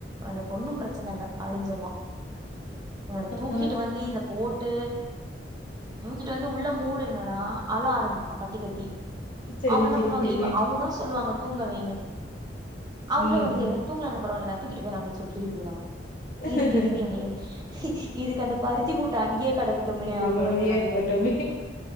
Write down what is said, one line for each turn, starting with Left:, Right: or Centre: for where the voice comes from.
Right: எனக்கு ஒன்னு பிரச்சன இல்ல அப்படின் சொல்லுவா இவன தூக்கிட்டு
Left: ஆ
Right: வந்து இதுல போட் டு தூக்கிட்டு வந்து உள்ள மூடுனுனா அழ ஆரம்பிப்பா கத்தி கத்தி
Left: சரி
Right: அவுங்க என்ன
Left: சரி
Right: பண்ணுவாங்க
Left: சரி
Right: இவ அவங்கதா சொல்லுவாங்க தூங்க வெய்னு அவங்களு
Left: ம்
Right: வந்து தூங்கலான பரவால்ல தூக்கிட்டு போறோ அப்டின் சொல்ட்டு தூக்கிட்டு போறாங்க
Left: ம்
Right: இதுக்கு எதுக்கு என்னைய இதுக்கு அந்த பருத்தி மூட்ட அங்யே கடகட்டுமே
Left: குடோன்லயே
Right: ஆகு எனக்கு அந்த
Left: இருக்கட்டுமே
Right: மாரி